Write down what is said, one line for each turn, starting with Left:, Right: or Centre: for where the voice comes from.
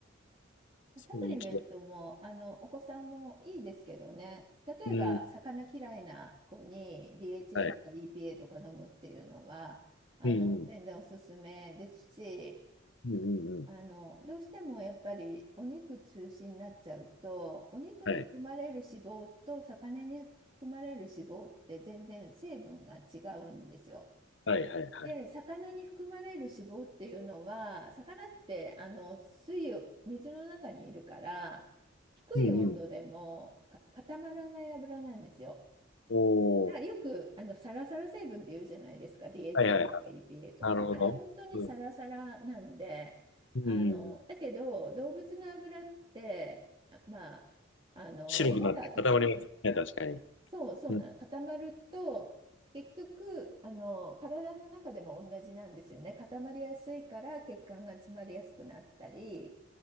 Left: そういう違
Right: サプリメントもあのお子さんもいいですけどね、例えば魚嫌いな子に
Left: い。うん。
Right: DHA
Left: はい。
Right: とか EPA とか飲むっていうのはあの全然おすすめですし、
Left: うん、うん。うん、うん、うん。
Right: あの、どうしてもやっぱりお肉中心になっちゃうと、お肉に含まれる脂肪と魚に含まれる脂肪って全然成分が違うんですよ。
Left: はい。はい、はい、はい。
Right: で、魚に含まれる脂肪っていうのは、魚ってあの水を、水の中にいるから、低い温度でもか固まらない油なんですよ。
Left: うん、うん。おー。
Right: だからよくあのサラサラ成分って言うじゃないですか、DHA
Left: はい、はい。
Right: とか EPA とか。
Left: なるほど。
Right: あれ本当にサラサラなんで、
Left: うん。うんうんうん。
Right: あの、だけど動物の油って、まあ、あの、
Left: 白くなって固まりますね、
Right: バターとか、
Left: 確かに。
Right: そうそうなの、
Left: うん、
Right: 固まると、結局、あの、体の中でも同じなんですよね。固まりやすいから血管が詰まりやすくなったり、